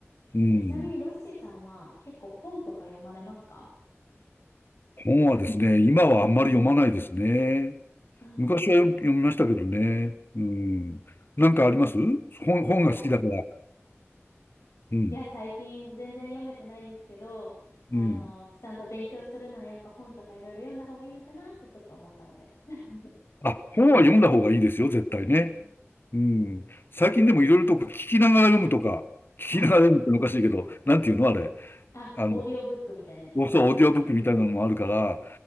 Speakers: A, on the left; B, on the left.
A: うん。
B: え、ちなみにロッシーさんは結構本とか読まれますか
A: 本はですね、今はあんまり読まないですね。
B: そうなんです。
A: 昔は読読みましたけどね。うん。なんかあります本、本が好きだから。
B: いや、
A: うん。
B: いや、最近全然読めてないんですけど、あのーちゃんと勉強するならやっぱ本とかいろいろ読んだ方がいいのかなってちょっと思ったので。
A: うん。
B: <laughs>
A: あ、本は読んだ方がいいですよ、絶対ね。
B: うん。
A: うん。最近でもいろいろと聞きながら読むとか、聞きながら読むっておかしいけど、
B: <laughs> はい。
A: なんていうのあれ。
B: あ、
A: あの、
B: オーディオブックみたいなやつですか
A: そう、オーディオブックみたいなのもあるから、